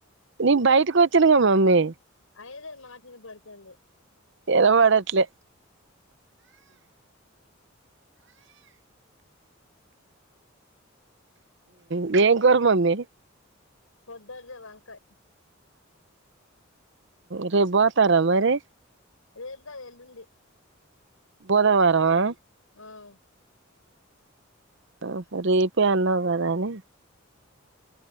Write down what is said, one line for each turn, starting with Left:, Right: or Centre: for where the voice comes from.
Right: నీ బైటికి వచ్చనుగా మమ్మీ
Left: ఐదొది మాట ఇనపడతాంది.
Right: ఇనబడట్లే మి ఏం కోర మమ్మి
Left: పొద్దద్దొడ్దే వంకయ్
Right: రేప్ పోతారా మరి
Left: రేప్ గాద్ ఎళ్ళుండి.
Right: బోధవారమ
Left: ఆవ్
Right: హాహ రేపే అన్నావ్ కదా అని